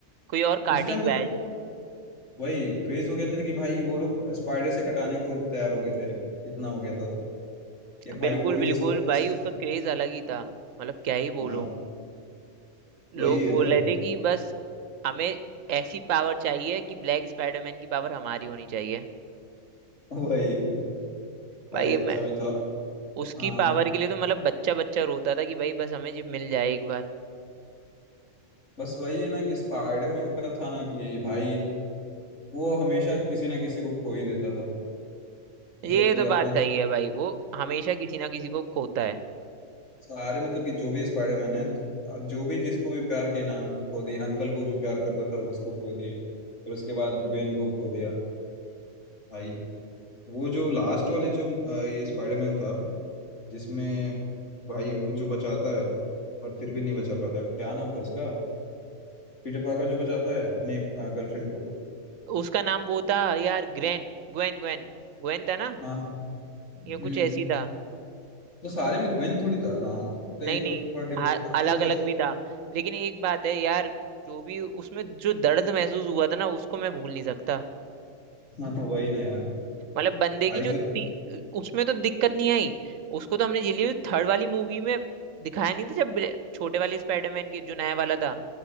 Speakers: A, on the right; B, on the left.
A: कोई और काट
B: उस टाइम
A: ही नहीं
B: तो
A: पाया
B: वही क्रेज हो गया था कि भाई वो लोग स्पाइडर से कटाने को तैयार हो गए थे कितना हो गया था कि भाई
A: बिल्कुल
B: कोई
A: बिल्कुल
B: तो स्पाइडर
A: भाई
B: से।
A: उसका क्रेज अलग ही था मतलब क्या ही
B: हाँ
A: बोलो लोग
B: वही है
A: बोल
B: ना यार
A: रहे थे कि बस हमें ऐसी पावर चाहिए कि ब्लैक स्पाइडरमैन की पावर हमारी होनी चाहिए
B: <laughs> वही भाई
A: भाई
B: अच्छा
A: मैं
B: भी था
A: उसकी
B: हाँ
A: पावर के लिए तो मतलब बच्चा बच्चा रोता था कि भाई बस हमें जी मिल जाए एक बार
B: बस वही है ना कि स्पाइडरमैन का था ना कि भाई वो हमेशा किसी ना किसी को खो ही देता था मतलब
A: ये
B: कि
A: तो बात
B: अपना
A: सही है भाई वो हमेशा किसी ना किसी को खोता है
B: सारे मतलब कि जो भी स्पाइडरमैन है जो भी जिसको भी प्यार किया ना खो दिया अंकल को जो प्यार करता था उसको खो दिए फिर उसके बाद ग्वेन को खो दिया भाई वो जो लास्ट वाले जो अ, ये स्पाइडरमैन था जिसमें भाई वो जो बचाता है और फिर भी नहीं बचा पाता क्या नाम था उसका पीटर पार्कर जो बचाता है अपनी गर्लफ्रेंड को
A: उसका नाम वो था यार ग्रेन ग्वेन ग्वेन ग्वेन था ना
B: हाँ
A: ये
B: हम्म
A: कुछ ऐसी था
B: तो सारे में ग्वेन थोड़ी था नाम तो ये
A: नहीं नहीं
B: तो थोड़ा डिफ
A: हाँ अलग
B: वो
A: अलग
B: बचा
A: भी था लेकिन एक बात है यार जो भी उसमें जो दर्द महसूस हुआ था ना उसको मैं भूल नहीं सकता
B: हाँ वही ना यार
A: मतलब बंदे
B: भाई
A: की जो
B: जो
A: ती- उसमें तो दिक्कत नहीं आई उसको तो हमने झेली थर्ड वाली मूवी में दिखाया नहीं था जब ब्ले- छोटे वाले स्पाइडरमैन की जो नया वाला था